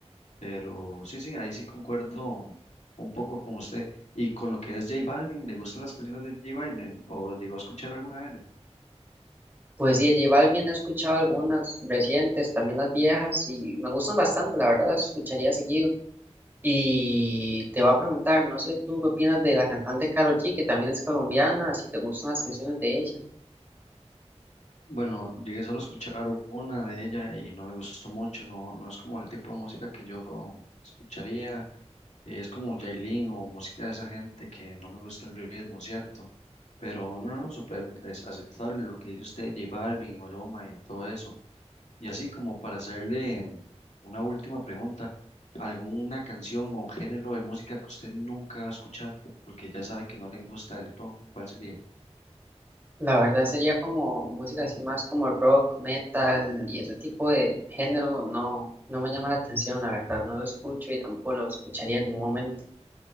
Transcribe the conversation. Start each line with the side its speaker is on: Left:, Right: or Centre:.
Left: Pero sí, sí, ahí sí concuerdo un poco con usted. Y con lo que es J Balvin, ¿le gustan las canciones de J Balvin? ¿O llegó a escuchar alguna de él?
Right: Pues sí, de J Balvin he escuchado algunas recientes, también las viejas, y me gustan bastante, la verdad las escucharía seguido. Y te va a preguntar, no sé tú qué opinas de la cantante Karol G, que también es colombiana, si te gustan las canciones de ella.
Left: Bueno, llegué solo a escuchar una de ella y no me gustó mucho. No, no es como el tipo de música que yo escucharía. eh, es como Yailin o música de esa gente que no me gusta el ritmo, ¿cierto? Pero no, no, súper es aceptable lo que dice usted, J Balvin y Maluma y todo eso. Y así como para hacerle una última pregunta, ¿alguna canción o género de música que usted nunca va a escuchar? Porque ya sabe que no le gusta del todo, ¿cuál sería?
Right: La verdad sería como música así más como rock, metal y ese tipo de género no, no me llama la atención, la verdad, no lo escucho y tampoco lo escucharía en ningún momento.